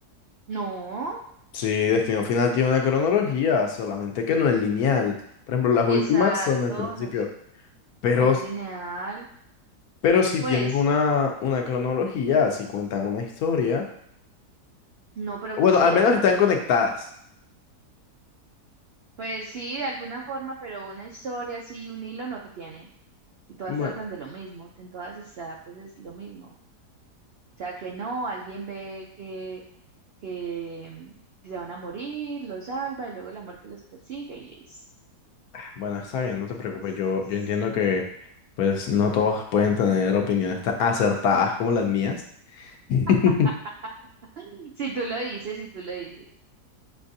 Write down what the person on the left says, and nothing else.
Sí, Destino Final tiene una cronología, solamente que no es lineal. Por ejemplo, las
últimas son al principio.
Pero,
pero si
tienes una, una cronología, si cuentan una historia.
Bueno,
al menos están conectadas.
Bueno,
bueno, está bien, no
te preocupes.
Yo,
yo
entiendo que pues no todos pueden tener opiniones tan acertadas como las mías. <laughs>